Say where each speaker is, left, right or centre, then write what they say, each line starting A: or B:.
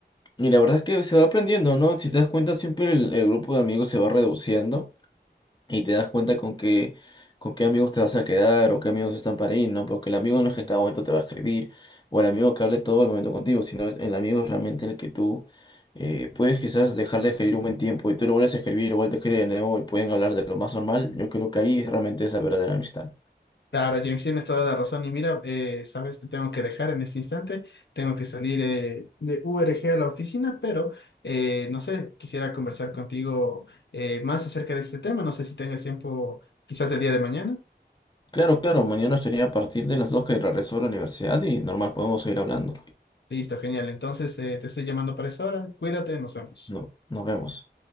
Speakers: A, on the left; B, on the left.
A: Y la verdad es que se va aprendiendo, ¿no? Si te das cuenta, siempre el, el grupo de amigos se va reduciendo y te das cuenta con qué, con qué amigos te vas a quedar o qué amigos están para ir, ¿no? Porque el amigo no es que a cada momento te va a escribir o el amigo que hable todo el momento contigo, sino es el amigo es realmente el que tú eh, puedes quizás dejarle de escribir un buen tiempo y tú lo vuelves a escribir o vuelves a escribir de nuevo y pueden hablar de lo más normal. Yo creo que ahí realmente es la verdadera amistad.
B: Claro, James, tienes toda la razón. Y mira, eh, sabes, te tengo que dejar en este instante. Tengo que salir eh, de URG a la oficina, pero eh, no sé, quisiera conversar contigo eh, más acerca de este tema. No sé si tengas tiempo, quizás el día de mañana.
A: Claro, claro, mañana sería a partir de las dos que regreso a la universidad y normal podemos seguir hablando.
B: Listo, genial. Entonces, eh, te estoy llamando para esa hora. Cuídate, nos vemos.
A: No, nos vemos.